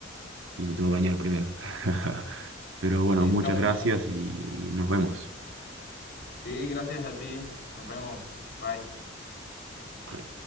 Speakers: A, on the right; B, on the left.
A: y me tengo que bañar primero. <laughs> Pero bueno,
B: Sí,
A: muchas
B: está muy
A: gracias
B: bien. este,
A: y nos vemos.
B: Sí, gracias a ti. Nos vemos. Bye.
A: Bye.